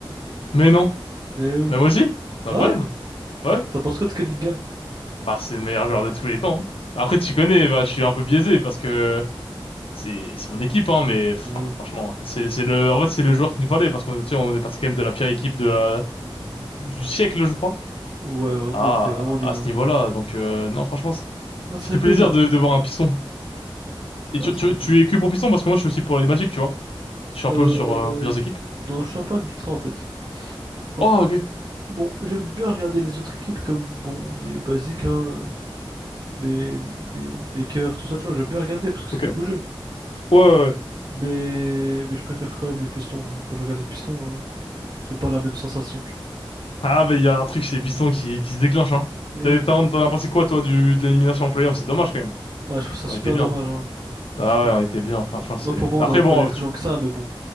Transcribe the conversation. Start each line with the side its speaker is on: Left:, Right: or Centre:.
Left: Mais non.
Right: Eh oui.
Left: Mais moi aussi. C'est
Right: Ah
Left: incroyable.
Right: ouais?
Left: Ouais.
Right: T'en penses quoi de Cunningham?
Left: Bah, c'est le meilleur joueur de tous les temps. hein. Après, tu connais, bah, je suis un peu biaisé parce que c'est c'est mon équipe hein mais enfin,
Right: Ah oui.
Left: franchement c'est c'est le en fait c'est le joueur qui nous fallait parce qu'on tu sais, on est passé quand même de la pire équipe de la- du siècle je crois
Right: Ouais, vraiment,
Left: à
Right: on était vraiment nuls.
Left: à ce
Right: Hein.
Left: niveau-là donc euh, non franchement c-
Right: Non,
Left: ça
Right: ça fait
Left: fait
Right: plaisir.
Left: plaisir de, de voir un piston et
Right: Ah,
Left: tu,
Right: ça
Left: tu
Right: fait plaisir.
Left: tu es que pour piston parce que moi je suis aussi pour les Magic tu vois je suis un
Right: Euh...
Left: peu sur euh, plusieurs équipes
Right: Non, je suis un peu un ultra en fait. Enfin,
Left: oh ok
Right: un- Bon, j'aime bien regarder les autres équipes comme, bon, les basiques, hein, les, les, les Lakers, tout ça, tu vois, j'aime bien regarder parce que c'est
Left: ok
Right: du
Left: ouais
Right: beau jeu.
Left: ouais, ouais.
Right: Mais, mais je préfère quand même les Pistons. hein. Quand je regarde les Pistons, hein, j'ai pas la même sensation, tu
Left: ah mais il y a un truc chez les pistons qui qui se déclenche hein
Right: vois. Et
Left: t'as
Right: oui.
Left: t'en t'en as pensé quoi toi du de l'élimination en playoff c'est dommage quand même
Right: Ouais, je trouve ça
Left: on
Right: super
Left: était bien
Right: dommage. hein.
Left: ah
Right: Je trouve-
Left: ouais on était bien franchement c'est
Right: Ouais, pour moi,
Left: après
Right: on aurait pu
Left: bon
Right: aller plus loin que ça, mais bon.